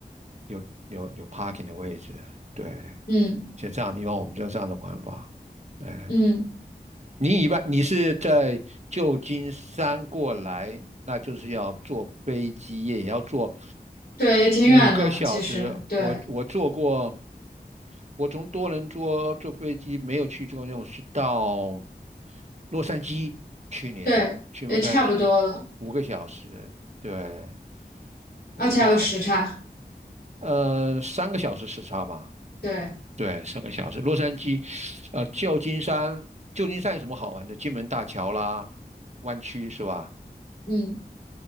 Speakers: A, on the right; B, on the left.
A: 有有有 parking 的位置。对，
B: 嗯
A: 像这样，一般我们就这样的玩法。哎。
B: 嗯，
A: 你一般你是在旧金山过来，那就是要坐飞机，也要坐
B: 对，也挺远的，
A: 五个小时。
B: 其实，对
A: 我我坐过，我从多伦多坐飞机没有去过，我是到洛杉矶，去年去洛杉矶五个小时，
B: 对，也差不多了，
A: 对，五个小时，
B: 而且还有时差。
A: 呃，三个小时时差吧。
B: 对，
A: 对，三个小时。洛杉矶，呃，旧金山，旧金山有什么好玩的？金门大桥啦，湾区是吧？
B: 嗯。